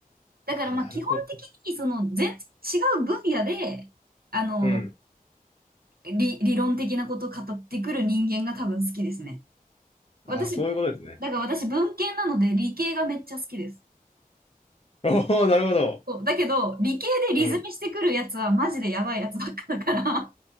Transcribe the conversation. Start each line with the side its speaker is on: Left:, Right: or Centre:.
Right: だからまあ基本的にその全然違う分野で、
Left: あー、なるほど。
Right: あの、
Left: うん。
Right: 理、理論的なことを語ってくる人間が多分好きですね。
Left: あー、
Right: 私、
Left: そういうことですね。
Right: だから私文系なので理系がめっちゃ好きです。
Left: おお、なるほど。
Right: そう。だけど、理系でリズミしてくるやつはマジでやばいやつばっかだから
Left: うん